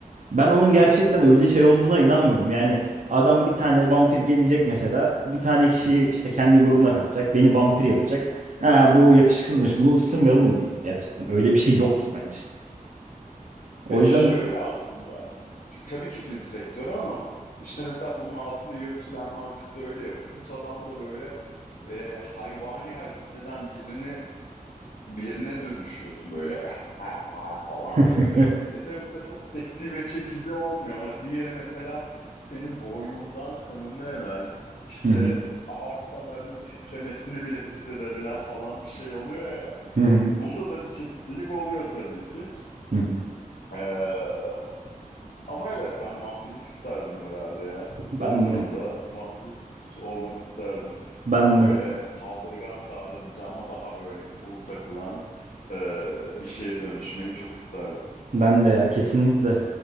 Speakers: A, on the right; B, on the left.
A: Ben onun gerçekten öyle şey olduğuna inanmıyorum. Yani adam bir tane vampir gelecek mesela. Bir tane kişiyi işte kendi grubuna katacak. Beni vampir yapacak. Ha, bu yakışıksızmış. Bunu ısırmayalım mı diyecek gerçekten. Öyle bir şey yoktur bence. O
B: Ya
A: yüzden
B: şöyle aslında tabii ki film sektörü ama işte mesela bunun altında yürütülen mantık da öyle ya. Kurt adam da böyle e, hayvani hareket eden birini birine dönüşüyorsun böyle <laughs> falan
A: <laughs>
B: böyle. E tabii bu da çok seksi ve çekici olmuyor ama diğeri mesela senin boynundan kanını hemen işte
A: Hı hı.
B: aort damarının titremesini bile hissedebilen falan bir şey oluyor ya.
A: Hı hı.
B: E, bunda da bir çekicilik oluyor tabii ki.
A: Hı hı.
B: Ee, ama evet ben vampirlik isterdim herhalde ya.
A: Ben
B: Bu durumda
A: de.
B: vampir olmak isterdim.
A: Ben
B: Daha böyle
A: de.
B: saldırgan davranacağıma daha böyle cool takılan e, bir şeye dönüşmeyi çok isterdim.
A: Ben de ya kesinlikle.